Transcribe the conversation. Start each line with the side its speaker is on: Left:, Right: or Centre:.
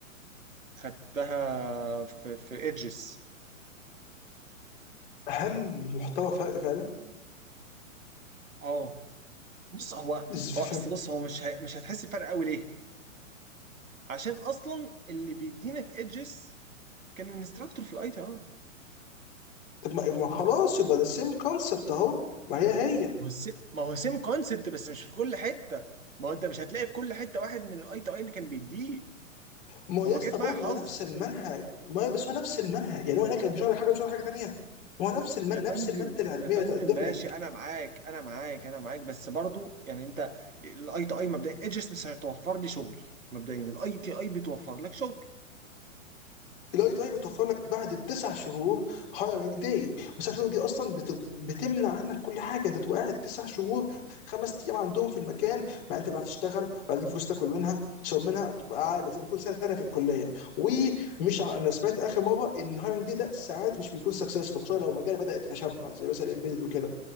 Right: خدتها في في ايدجز
Left: هل المحتوى فرق فعلا؟
Right: اه بص هو
Left: إز- ف-
Right: هو اصل
Left: ف-
Right: بص هو مش هي... مش هتحس بفرق قوي ليه عشان اصلا اللي بيدينا في ايدجز كان الانستراكتور في الاي تي اي،
Left: طب ما ما خلاص يبقى ده سيم كونسبت اهو ما هي هي
Right: ما هو السيم ما هو سيم كونسبت بس مش في كل حته ما هو انت مش هتلاقي في كل حته واحد من الاي تو اي اللي كان بيديه
Left: ما هو
Right: هو
Left: يا اسطى
Right: جت
Left: برضه
Right: معايا حظ
Left: هو نفس المنهج ما هي بس هو نفس المنهج يعني هو هناك كان بيشرح لك حاجه بيشرح لك حاجه تانيه ما هو نفس المن...
Right: يا فندم
Left: نفس الماده العلميه
Right: يا فندم
Left: اللي تقدم
Right: ماشي
Left: لك
Right: انا معاك انا معاك انا معاك بس برضو يعني انت الاي تو اي مبدئيا ايجس مش هتوفر لي شغل مبدئيا الاي تي اي بتوفر لك شغل
Left: الاي تي اي بتوفر لك بعد التسع شهور هايرنج داي والتسع شهور دي اصلا بت- بتمنع عنك كل حاجه انت تبقى قاعد تسع شهور خمس ايام عندهم في المكان مع انت اللي هتشتغل وهتجيب فلوس تاكل منها وتشرب منها تبقى قاعد زي ما تكون سنه سنه في الكليه ومش ع- انا سمعت اخر مره ان الهايرنج داي ده ساعات مش بيكون سكسسفول خصوصا لو المجال بدا يتشبع زي مثلا الامبيدد وكده